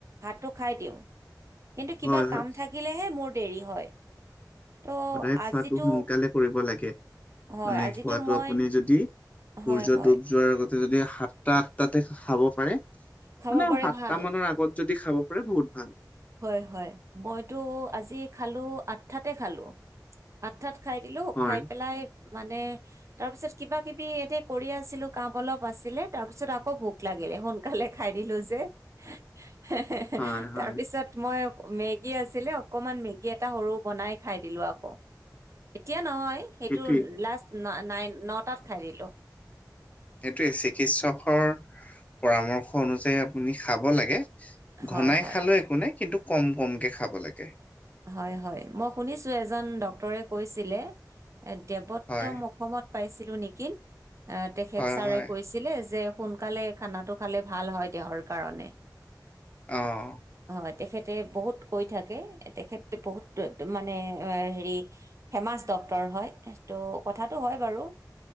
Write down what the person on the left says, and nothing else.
<inaudible>
হয়
সদায় খোৱাটো
সোনকালে কৰিব লাগে।
মানে
খোৱাটো
আপুনি যদি সূৰ্য্য
ডুব যোৱাৰ আগতে যদি সাতটা আঠটাতে খাব পাৰে,
মানে
সাতটা
মানৰ আগত যদি খাব পাৰে বহুত ভাল।
হয়
হয়
হয়
সেইটোৱে।
সেইটোয়ে চিকিৎসকৰ, পৰামৰ্শ অনুযায়ী আপুনি খাব লাগে।
ঘনাই
খালেও একো নাই কিন্তু কম-কমকে খাব লাগে।
হয়,
হয়,
হয়।
অঁ'।